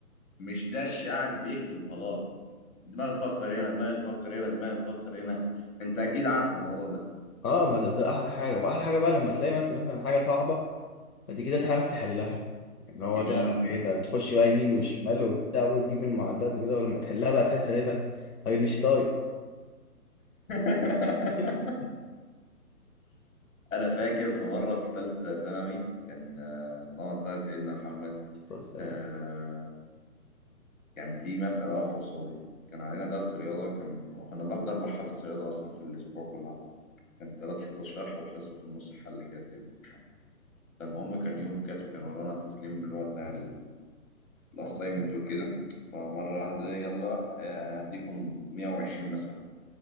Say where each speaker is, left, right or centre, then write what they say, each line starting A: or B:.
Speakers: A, on the left; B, on the left.
A: مش دش قاعد بيكتب وخلاص دماغي تفكر هنا دماغي تفكر هنا دماغي تفكر هنا انت اكيد عارف الموضوع ده
B: اه ما ده ده احلى حاجه واحلى حاجه بقى لما تلاقي مس- مثلا حاجه صعبه بعد كده تعرف تحلها ان هو
A: يا ديني
B: تعرف ايه ده تخش بقى يمين وشمال وبتاع وتجيب المعدات وكده ولما تحلها بقى تحس ان ايه ده اينشتاين
A: <laughs>
B: <laughs>
A: انا فاكر في مره في ثالثه ثانوي كان آه، اللهم صل على سيدنا محمد
B: بص
A: آه،
B: لا.
A: كان في مساله واقفه قصادي كان علينا درس رياضه كان كنا بناخد اربع حصص رياضه اصلا في الاسبوع كله على بعض كان ثلاث حصص شرح وحصه في النص حل كده في الامتحان فالمهم كان يوم كات وكان ورانا تسليم اللي هو بتاع الاساينمنت وكده فمره واحده يلا آه، هديكم 120 مثلا